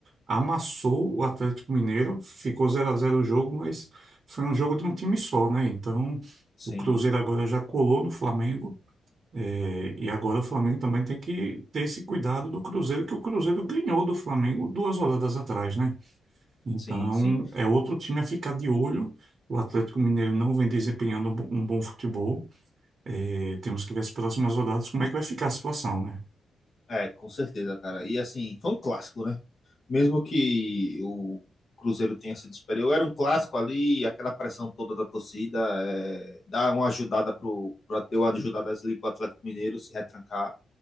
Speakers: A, on the right (about 50°); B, on the left (about 50°).
A: amassou o Atlético Mineiro, ficou zero a zero o jogo, mas foi um jogo de um time só, né? Então,
B: sim,
A: o Cruzeiro agora já colou no Flamengo, eh, e agora o Flamengo também tem que ter esse cuidado do Cruzeiro, que o Cruzeiro ganhou do Flamengo duas rodadas atrás, né? Então,
B: sim, sim.
A: é outro time a ficar de olho. O Atlético Mineiro não vem desempenhando um bo- um bom futebol. Eh, temos que ver as próximas rodadas, como é que vai ficar a situação, né?
B: É, com certeza, cara. E assim, foi um clássico, né? Mesmo que o Cruzeiro tenha sido superior, era um clássico ali, aquela pressão toda da torcida, é, dar uma ajudada pro, pro deu uma ajudada ali pro Atlético Mineiro se retrancar.